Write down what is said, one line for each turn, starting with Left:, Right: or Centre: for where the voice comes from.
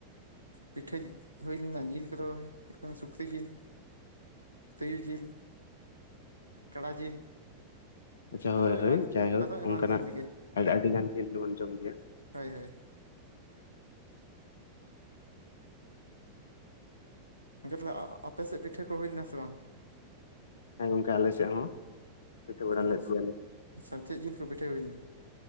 Right: ᱯᱤᱴᱷᱟᱹ ᱦᱩᱭ ᱞᱮᱱᱟ ᱡᱤᱞ ᱠᱚᱫᱚ ᱦᱩᱭᱩᱜ ᱠᱟᱱᱟ ᱥᱩᱠᱨᱤ ᱡᱤᱞ ᱛᱤᱭᱩ ᱡᱤᱞ ᱠᱟᱲᱟ ᱡᱤᱞ
Left: ᱟᱪᱪᱷᱟ ᱦᱳᱭ
Right: ᱟᱨᱚ
Left: ᱦᱳᱭ
Right: ᱮᱢᱟᱱ
Left: ᱡᱟᱭᱦᱳᱠ
Right: ᱟᱨᱚ ᱮᱢᱟᱱ
Left: ᱚᱱᱠᱟᱱᱟᱜ
Right: ᱡᱤᱞ ᱜᱮ
Left: ᱟᱹᱰᱤ ᱜᱟᱱ ᱡᱤᱱ ᱜᱮᱵᱚᱱ ᱡᱚᱢ ᱜᱮᱭᱟ
Right: ᱦᱳᱭ ᱦᱳᱭ ᱛᱟᱦᱞᱮ ᱟᱯᱮᱮᱥᱮᱫ ᱯᱤᱴᱷᱟᱹ ᱠᱚ ᱦᱩᱭᱞᱱᱟ ᱥᱮ ᱵᱟᱝ
Left: ᱦᱮᱸ ᱜᱚᱝᱠᱮ ᱟᱞᱮ ᱥᱮᱫ ᱦᱚᱸ ᱯᱤᱴᱷᱟᱹ ᱵᱟᱲᱟ ᱞᱮᱫ
Right: ᱟᱪᱪᱷᱟ
Left: ᱜᱮᱭᱟᱞᱮ
Right: ᱟᱪᱪᱷᱟ ᱪᱮᱫ ᱡᱤᱞ ᱠᱚ ᱯᱤᱴᱷᱟᱹ ᱦᱩᱭᱱᱟ?